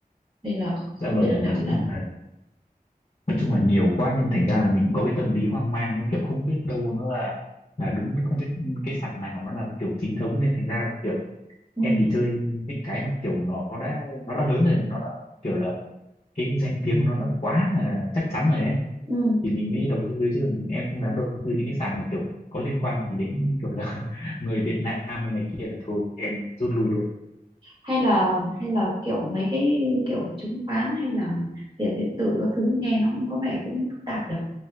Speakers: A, on the right; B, on the left.
A: nên là
B: dạ
A: không
B: vâng
A: biết được nào
B: nói
A: một lần
B: chung là nói chung là nhiều quá nên thành ra là mình có cái tâm lý hoang mang ấy kiểu không biết đâu nó là là đúng không biết cái sàn nào nó là kiểu chính thống nên thành ra là kiểu
A: ừ,
B: em chỉ chơi những cái mà kiểu nó đã nó đã lớn rồi nó đã kiểu là cái danh tiếng của nó đã quá là chắc chắn rồi ấy
A: ừ.
B: thì mình mới đầu tư chứ em không dám đầu tư những cái sàn mà kiểu có liên quan thì đến kiểu là <laughs> người Việt Nam hay này kia là thôi em rút lui luôn
A: hay là hay là kiểu mấy cái kiểu chứng khoán hay là tiền điện tử các thứ nghe nó cũng có vẻ cũng phức tạp nhỉ